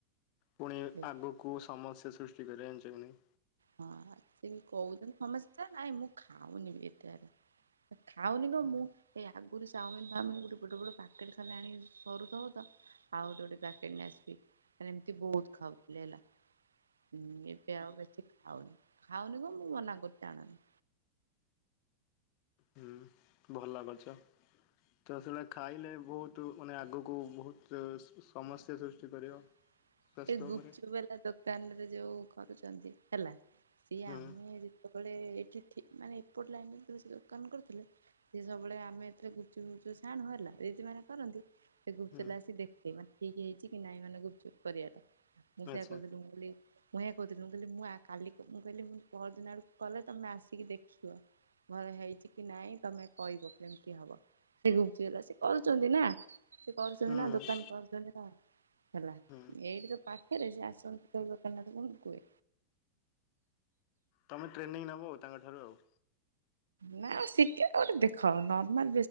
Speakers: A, on the left; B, on the right.
A: ପୁଣି
B: ହଁ
A: ଆଗକୁ ସମସ୍ୟା ସୃଷ୍ଟି କରିବା ଜାଣିଛ କି ନାହିଁ?
B: ହଁ ସେ କହୁଛନ୍ତି ସମସ୍ତେ। ନାଇଁ ମୁଁ ଖାଉନି ବି ଏତେ ଆଡ। ଖାଉନି କଣ
A: ହୁଁ
B: ମୁଁ ଏଇ ଆଗରୁ ଚାଉମିନ ଫାମିନ ଗୋଟେ ବଡ଼ ବଡ ପ୍ୟାକେଟ ଖାଲି ଆଣି କରୁଥବ ତ ଆଉ ଦୋଟି ପକେଟ ଆସିବି ହେଲେ ଏମିତି ବହୁତ ଖାଉଥିଲେ ହେଲା ହୁଁ ଏବେ ଆଉ ବେଶୀ ଖାଉନି, ଖାଉନି କଣ ମୁଁ ମନା କରୁଛି ଆଣନି।
A: ହୁଁ। ଭଲ କରିଛ। ତ ସେଗୁଡ଼ା ଖାଇଲେ ବହୁତ ମାନେ ଆଗକୁ ବହୁତ ସମସ୍ୟା ସୃଷ୍ଟି କରିବ।
B: <inaudible>
A: ସ୍ୱାସ୍ଥ୍ୟ
B: ଏ ଗୁପଚୁପ୍
A: ଉପରେ
B: ବାଲା ଦୋକାନରେ ଯୋଉ କରୁଛନ୍ତି ହେଲା ସିଏ
A: ହୁଁ
B: ଆମେ ଯେତେବେଳେ ଏଠି ମାନେ ଏପଟ ଲାଇନି ସେ ଦୋକାନ କରୁଥିଲେ ସିଏ ସବୁବେଳେ ଆମେ ଏଥିରେ ଗୁପୁଚୁପୁ ଛାଣୁ ହେଲା ଦିଦି ମାନେ କରନ୍ତି। ସେ ଗୁପୁଚୁପୁ
A: ହୁଁ
B: ବାଲା ଆସି ଦେଖେ ମାନେ ଠିକ ହେଇଛି କି ନାଇଁ ମାନେ ଗୁପୁଚୁପ୍ କରିବା ଏଟା ମୁଁ
A: ଆଚ୍ଛା
B: ସେଇଆ କହିଥିଲି ମୁଁ କହିଲି ମୁଁ ଏଇଆ କହୁଥିଲି, ମୁଁ କହିଲି ମୁଁ କାଲି ମୁଁ କହିଲି ପହର ଦିନ ଆଡକୁ କଲେ ତମେ ଆସିକି ଦେଖିବ। ଭଲ ହେଇଚି କି ନାଇଁ ତମେ କହିବ କେମିତି ହବ? ସେ ଗୁପୁଚୁପୁ ବାଲା ସେ କରୁଛନ୍ତି ନା ସେ କରୁଛନ୍ତି
A: ହୁଁ
B: ନା
A: ହୁଁ
B: ଦୋକାନ କରୁଛନ୍ତି ନା ହେଲା
A: ହୁଁ
B: ଏଇଠି ତ ପାଖରେ ଯେ ଆସନ୍ତି <unintelligible> କ ଦୋକାନ ନାଥ କଣ କୁହେ
A: ତମେ ଟ୍ରେନିଂ ନେବ ଆଉ ତାଙ୍କଠାରୁ ଆଉ
B: ନାଉ ଶିଖି ଗୋଟେ ଦେଖାର୍ମାିକ